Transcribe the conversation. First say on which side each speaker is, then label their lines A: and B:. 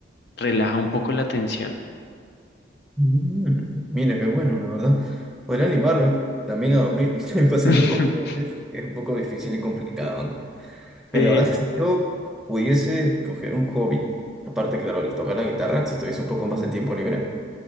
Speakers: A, on the left; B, in the centre.
A: relaja un poco la tensión
B: Mm, mira, qué bueno, la verdad. Podría animarme también a dormir <laughs> en pasatiempos,
A: <laughs>
B: pero a veces es un poco difícil y complicado, ¿no? Pero
A: que
B: la verdad es que si yo pudiese escoger un hobby, aparte, claro, el tocar la guitarra, si tuviese un poco más de tiempo libre,